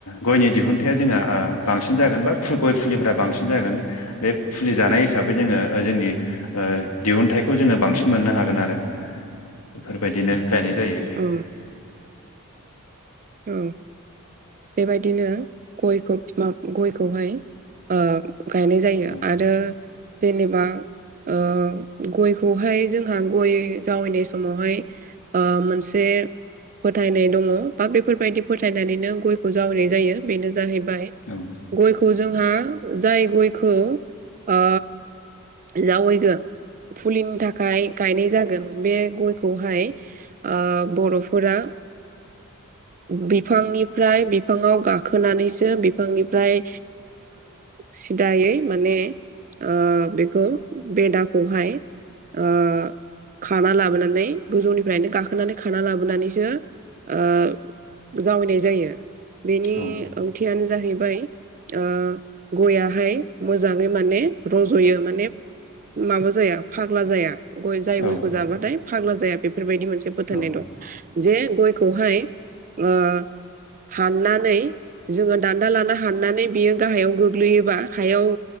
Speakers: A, on the left; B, on the right.
A: गयनि दिहुनथाया जोंहा बांसिन जागोन बा गय फुलिफोरा बांसिन जागोन। बे फुलि जानाय हिसाबै जोङो जोंनि दिहुनथाइखौ जोङो बांसिन मोननो हाग गोन आरो बेफोरबायदिनो गायनाय जायो।
B: औ। औ। बेबायदिनो गयखौ बि गयखौहाय ओ गायनाय जायो
A: औ
B: आरो। जेनेबा ओ गयखौहाय जोंहा गय जावैनाय समावहाय ओ मोनसे फोथायनाय दङ बा बेफोरबायदि फोथायनानैनो गय खौ जावैनाय जायो बेनो जाहैबाय।
A: औ।
B: गयखौ जोंहा जाय गयखौ आ जावैगोन फुलिनि थाखाय गायनाय जागोन बे गयखौहाय ओ बर'फोरा बिफांनिफ्राय बि बिफाङाव गाखोनानैसो बिफांनिफ्राय सिदायै माने ओ बेखौ बेदाखौहाय ओ खाना लाबोनानै गोजौनिफ्रायनो गाखोनानै खाना लाबोनानैसो ओ जावैनाय जायो बेनि
A: औ
B: ओंथियानो जाहैबायो ओ गयाहाय मोजाङै माने रज'यो माने ओ माबा जाया फाग्ला जाया गय जाय
A: औ
B: गयखौ जाबाथाय फाग्ला जाया बेफोरबायदि मोनसे फोथायनाय
A: औ
B: दं। जे गयखौहाय ओ हाननानै जोङो दान्दा लाना हाननानै बियो गाहायाव गोग्लैयोबा हायावो